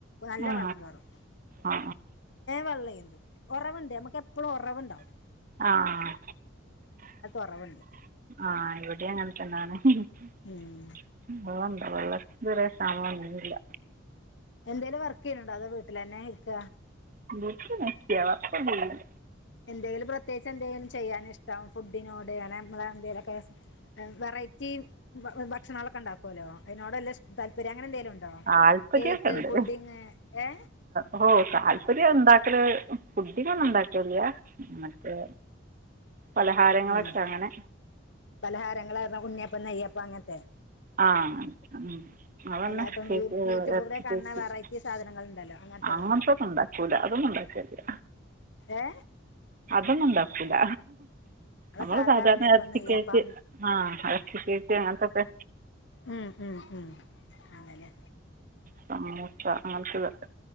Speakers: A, on the left; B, on the right.
A: നല്ല
B: ആ ആ
A: വെള്ളം കേറും
B: ആ
A: വെള്ളം എന്തു ഒറവ്ണ്ട് നമ്മക്ക് എപ ഉറവ്ണ്ടാവും.
B: ആഹ്
A: ഉറവുണ്ട്
B: ആഹ് ഇവിടെ അങ്ങൻത്തന്നെണ്.
A: ഉം.
B: <unintelligible> വെള്ളത്തിന് ത് വരെ ക്ഷാമം ഒന്നും ഇല്ല.
A: എന്തേലും വർക്ക് ചെയ്ണ്‌ണ്ടോ അതോ വീട്ടിലന്നെ ഇരിക്ക.
B: <unintelligible> വർക്കൊന്നു ചെയ്ല്ല
A: എന്തെങ്കിലും പ്രത്യേകച്ച് എന്തെലും ചെയ്യാന ഇഷ്ട്ടാണോ ഫുഡിനോ അങ്ങനെ എന്തെലൊക്കെ. വെറൈറ്റി ഭക്ഷണങ്ങളൊക്കെ ഉണ്ടാക്കുവല്ലോ അതിനോട് വല്ല താല്പര്യം അങ്ങനെ എന്തെങ്കലും ഇണ്ടോ?
B: താൽപ്പര്യമൊക്കെ
A: കേക്ക്
B: ഉണ്ട്
A: പുഡ്ഡിംഗ് ഏ?
B: ഓ താല്പര്യം ഉണ്ടാക്കല് പുഡിങ്ങൊന്നും ഉണ്ടാക്കെല്ല മറ്റേ പലഹാരങ്ങളൊക്കെ
A: ഉം.
B: അങ്ങനെ
A: പലഹാരങ്ങൾ <unintelligible> ഉണ്ണിയപ്പം നയ്യപ്പം അങ്ങൻത്തെ?
B: ആഹ് അതന്നെ
A: അല്ല ഇപ്പം
B: കേക്ക്
A: ഈ യൂട്യൂബിൽ കൂടെ
B: <unintelligible>
A: കാണുന്ന വെറൈറ്റി സാധനങ്ങൾ ഉണ്ടല്ലോ അങ്ങനത്തതോ
B: അങ്ങനത്തെ ഒന്നും ഇണ്ടാക്കൂല അതൊന്നും ഇണ്ടാക്കല്ല.
A: ഏ
B: അതൊന്നും ഉണ്ടാക്കൂല.
A: അത്
B: നമ്മള്
A: സാധാ
B: സാധാരണ
A: ഉണ്ണിയപ്പം
B: എറ്ച്ചി
A: നെയ്യപ്പം
B: കേക്ക് ആഹ് എറ്ച്ചി കേക്ക് അങ്ങനത്തെക്കെ
A: ഉം ഉം ഉം ആണല്ലോ
B: സമൂസ അങ്ങന് ത്തത്.